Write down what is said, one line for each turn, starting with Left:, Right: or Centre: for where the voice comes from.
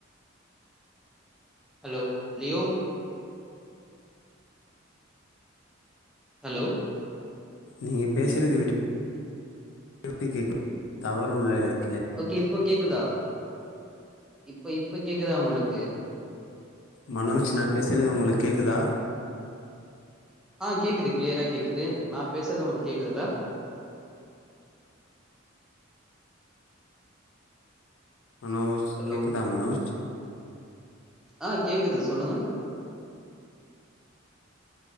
Centre: ஹலோ லியோ ஹலோ
Left: நீங்க பேசுறது விட்டு விட்டு விட் கேக்குது டவரு உள்ள எடத்
Centre: ஓகே இப்போ கேக்குதா இப்ப இப்ப கேக்குதா உங்களுக்கு
Left: மனோஜ் நா பேசுறது உங்களுக்கு கேக்குதா
Centre: ஆ கேக்குது க்ளியரா கேக்குது நா பேசுறது உங்களுக்கு கேக்குதுல்ல
Left: மனோஜ்
Centre: ஹலோ
Left: கேக்குதா மனோஜ்
Centre: ஆ கேக்குது சொல்லுங்க